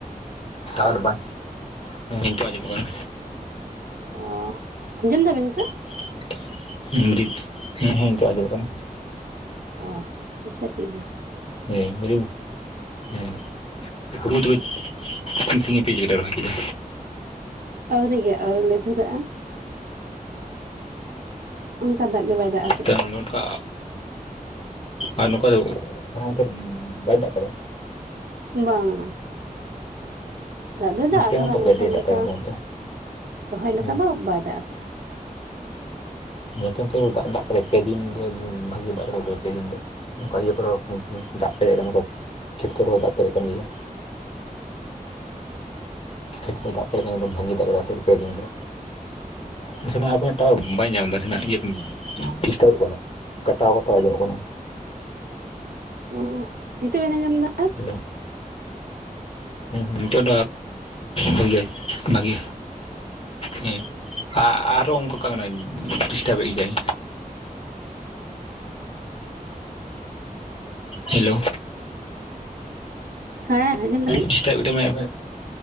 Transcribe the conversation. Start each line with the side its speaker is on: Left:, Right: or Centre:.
Left: ᱴᱟᱣᱟᱨ ᱵᱟᱭ ᱦᱮᱸ ᱱᱤᱛᱚᱜ ᱟᱸᱡᱚᱢᱚᱜ ᱠᱟᱱᱟ
Right: ᱚ ᱟᱸᱡᱚᱢ ᱫᱟᱵᱤᱱ ᱱᱤᱛᱚᱜ
Left: <inaudible> ᱦᱤᱸ ᱦᱮᱸ ᱦᱮᱸ ᱱᱤᱛᱚᱜ ᱟᱡᱚᱢᱚᱜ ᱠᱟᱱᱟ
Right: ᱚ ᱟᱪᱪᱷᱟ ᱴᱷᱤᱠ ᱜᱮᱭᱟ
Left: ᱦᱮᱸ <unintelligible> ᱦᱮᱸ ᱦᱩᱲᱩ ᱛᱚᱵᱮ ᱛᱤᱱ ᱥᱟᱸᱜᱤᱧ ᱯᱮ ᱨᱚᱦᱚᱭ ᱠᱮᱫᱟ
Right: ᱟᱹᱣᱨᱤ ᱜᱮ ᱟᱣᱨᱤ ᱞᱮ ᱫᱷᱩᱨᱟᱜ-ᱟ ᱚᱱᱠᱟ ᱫᱟᱜ ᱜᱮ ᱵᱟᱭ ᱫᱟᱜ ᱟᱠᱟᱜᱼᱟ
Left: ᱛᱚ ᱱᱚᱝᱠᱟ ᱟᱨ ᱱᱚᱝᱠᱟ ᱫᱚ ᱦᱚᱞᱟ ᱢᱟᱫᱷᱮᱨ ᱵᱟᱭ ᱫᱟᱜ ᱟᱠᱟᱫᱟ
Right: ᱵᱟᱝ-ᱟ ᱫᱟᱜ ᱫᱚᱭ
Left: ᱱᱚᱛᱮ
Right: ᱫᱟᱜ ᱟᱠᱟᱫᱟ
Left: ᱢᱟᱛᱚ
Right: ᱢᱮᱱᱠᱷᱟᱱ
Left: ᱜᱟᱡᱮ ᱫᱟᱜ
Right: ᱚᱱᱠᱟ
Left: ᱠᱟᱫᱟᱭ ᱱᱚᱛᱮ
Right: ᱨᱚᱦᱚᱭ
Left: ᱦᱮᱸ
Right: ᱞᱮᱠᱟ ᱫᱚ ᱵᱟᱭ ᱫᱟᱜ ᱟᱠᱟᱫᱟ᱾
Left: ᱱᱚᱛᱮ ᱛᱮ ᱫᱟᱜ ᱫᱟᱜ ᱯᱮ ᱫᱤᱱ ᱫᱚ ᱵᱷᱟᱜᱮ ᱫᱟᱜ ᱠᱮᱫ-ᱟ ᱯᱮ ᱫᱤᱱ ᱫᱚ ᱱᱚᱝᱠᱟ ᱤᱭᱟᱹ ᱠᱚᱨᱮ ᱫᱟᱜ ᱯᱮᱨᱮᱡ ᱟᱠᱟᱱᱟ ᱱᱚᱠᱟ ᱠᱷᱮᱛ ᱠᱚᱨᱮ ᱦᱚᱸ ᱫᱟᱜ ᱯᱮᱨᱮᱡ ᱟᱠᱟᱱ ᱜᱮᱭᱟ᱾ ᱠᱷᱮᱛ ᱠᱚ ᱫᱟᱜ ᱯᱮ ᱵᱷᱟᱜᱤ ᱫᱟᱜ ᱠᱮᱫ ᱯᱮ ᱫᱤᱱ ᱫᱚ᱾ ᱱᱟᱥᱮ ᱱᱟᱜ ᱟᱯᱮ ᱴᱟᱣᱟᱨ ᱵᱟᱭ ᱧᱟᱢ ᱮᱫᱟ ᱟᱰᱤᱡᱩᱨ ᱤᱭᱟᱹ ᱰᱤᱥᱴᱟᱵ ᱠᱟᱱᱟ᱾ ᱠᱟᱴᱟᱣ ᱠᱟᱴᱟᱣ ᱟᱸᱡᱚᱢᱚᱜ ᱠᱟᱱᱟ᱾
Right: ᱚ ᱱᱤᱛᱚᱜ ᱵᱮᱱ ᱟᱸᱡᱚᱢ ᱮᱫᱟ?
Left: ᱦᱮᱞᱳ ᱦᱮᱸ ᱦᱮᱸ ᱱᱤᱛᱚᱜ ᱵᱷᱟᱹᱜᱮ ᱵᱷᱟᱹᱜᱮ ᱦᱮᱸ ᱟᱨ ᱦᱚᱸ ᱚᱱᱠᱟᱠᱟ ᱠᱟᱱᱟ ᱰᱤᱥᱴᱟᱵᱽᱮᱫ ᱜᱮᱭᱟᱭ ᱦᱮᱞᱳ
Right: ᱦᱮᱸ ᱟᱸᱡᱚᱢ ᱫᱟᱵᱤᱱ
Left: ᱰᱤᱥᱴᱟᱵᱽᱮᱫ ᱛᱟᱵᱩᱱᱟ